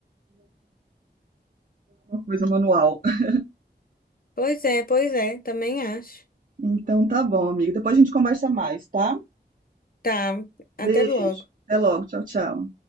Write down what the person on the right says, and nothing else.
que eu uma coisa manual. <laughs>
Então tá bom, amiga. Depois a gente conversa mais, tá?
Beijo.
Até logo. Tchau, tchau.